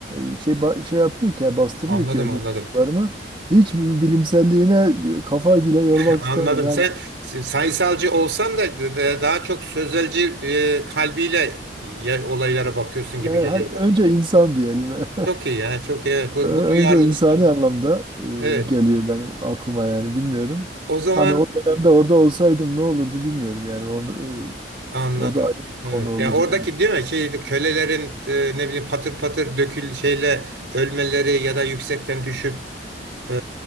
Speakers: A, on the right; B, on the right.
A: e, şey ba- şey yapıyor ki, yani bastırıyor
B: anladım
A: ki öbür
B: anladım.
A: duygularımı. Hiç bir bilimselliğine e, kafayı bile yormak
B: <laughs> Anladım.
A: istemem. Yani
B: Sen sayısalcı olsan da d- d- daha çok sözelci e, kalbiyle ya- olaylara bakıyorsun
A: yani
B: gibi geliyor
A: hani önce
B: bana.
A: insan diyelim. <laughs>
B: Çok iyi yani çok iyi. Evet, bu,
A: Ee, Önce
B: bu duyarlılık
A: insani
B: çok
A: anlamda
B: iyi. Evet.
A: e, geliyor benim aklıma yani bilmiyorum.
B: O zaman
A: Hani o dönemde orada olsaydım ne olurdu bilmiyorum yani onu,
B: anladım.
A: e, o da ayrı bir
B: Evet.
A: konu olur
B: Ya oradaki
A: yani.
B: değil mi? Şey kölelerin e, ne bileyim patır patır dökül şeyle ölmeleri ya da yüksekten düşüp e,